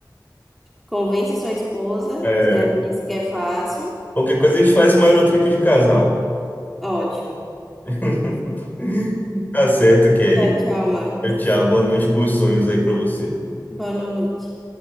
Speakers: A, in the centre; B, on the left.
A: Convence sua esposa,
B: É,
A: você já me disse que é fácil.
B: qualquer coisa a gente faz uma Eurotrip de casal.
A: Ótimo.
B: <laughs> Tá certo, Kelly.
A: Tchau, tchau, Marcos.
B: Tchau, tchau. Boa noite, bons sonhos aí pra você.
A: Boa noite.